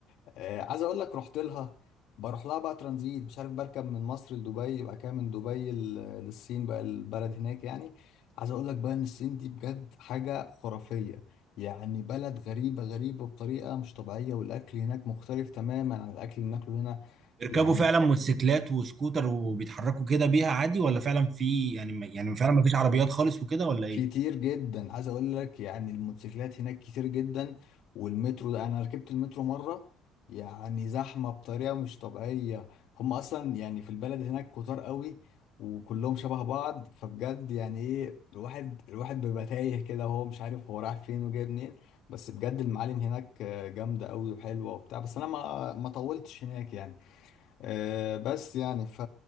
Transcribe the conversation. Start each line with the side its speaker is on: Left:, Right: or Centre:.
Left: آه، عايز اقول لك رحت لها بروح لها بقى ترانزيت مش عارف بركب من مصر لدبي وبعد كده من دبي ل- للصين بقى البلد هناك يعني عايز اقول لك بقى ان الصين دي بجد حاجة خرافية يعني بلد غريبة غريبة بطريقة مش طبيعية والاكل هناك مختلف تماما عن الاكل اللي بناكله هنا
Right: بيركبوا
Left: يعني
Right: فعلا موتوسيكلات وسكوتر وبيتحركوا كده بيها عادي ولا فعلا في يعني يعني فعلا ما فيش عربيات خالص وكده ولا ايه
Left: كتير جدا عايز اقول لك يعني الموتوسيكلات هناك كتير جدا والمترو ده انا ركبت المترو مره يعني زحمه بطريقه مش طبيعيه هم اصلا يعني في البلد هناك كتار قوي وكلهم شبه بعض فبجد يعني ايه الواحد الواحد بيبقى تايه كده وهو مش عارف هو رايح فين وجاي منين بس بجد المعالم هناك آه، جامده قوي وحلوه وبتاع بس انا ما ما طولتش هناك يعني آه، بس يعني ف